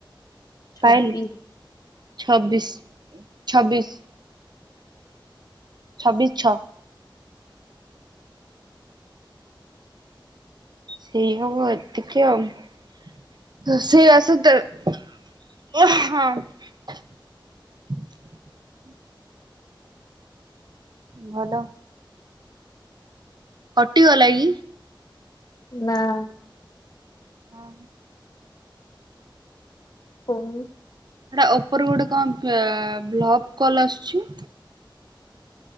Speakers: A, on the left; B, on the right.
A: ଛବି
B: ପାଇଲି ଛବିଶ ଛବିଶ। ଛବିଶ ଛଅ। ସେଇ ହବ ଏତିକିଆଉ। ସେଇ ଆସେ ତ <unintelligible> ହଁ। ହୁଁ <unintelligible> ଭଲ। କଟିଗଲା କି?
A: ନାଁ।
B: ହଁ।
A: ହଉ।
B: ସେଟା ଉପର ଗୋଟେ କଣ ଅ ବ୍ଲକ୍ କଲ ଆସୁଛି?